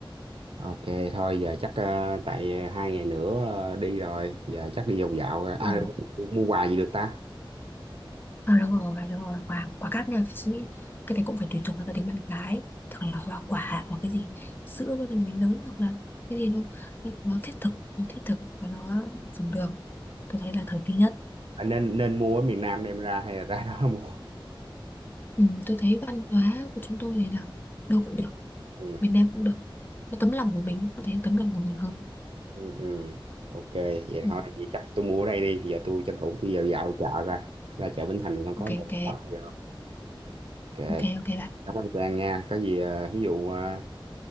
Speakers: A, on the right; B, on the left.
A: Ok thôi giờ chắc ờ, tại hai ngày nữa ờ, đi rồi giờ chắc đi vòng dạo coi. à,
B: ờ,
A: mua quà gì được ta
B: Ờ đúng rồi, đúng rồi, quả, quả cát nha, suy nghĩ cái này cũng phải tùy thuộc vào gia đình bạn gái thường là hoa quả hoặc cái gì sữa cho mình người lớn hoặc là cái gì nó nó thiết thực nó thiết thực và nó dùng được tôi thấy là thời tí nhất
A: à, nên nên mua ở miền Nam đem ra hay là ra đó <laughs> mua
B: ừ, tôi thấy văn hóa của chúng tôi này là đâu cũng được
A: ừ,
B: miền Nam cũng được có tấm lòng của mình có thể tấm lòng của mình hơn
A: ừ, ừ. Ok vậy
B: ừ,
A: thôi vậy chắc tôi mua ở đây đi giờ tôi tranh thủ tôi vào dạo chợ coi ra chợ Bến Thành con có
B: ok
A: đồ
B: ok
A: bắt gì không ok
B: ok ok bạn
A: cảm ơn Trang nha có gì ờ, ví dụ ờ,